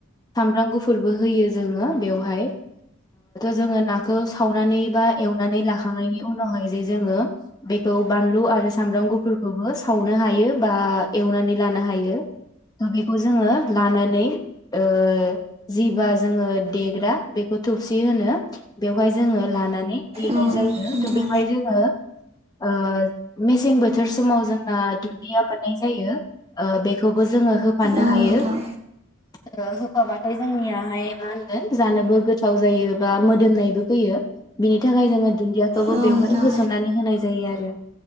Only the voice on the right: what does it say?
औ
नोंथां
औ
नोंथां
औ
नोंथां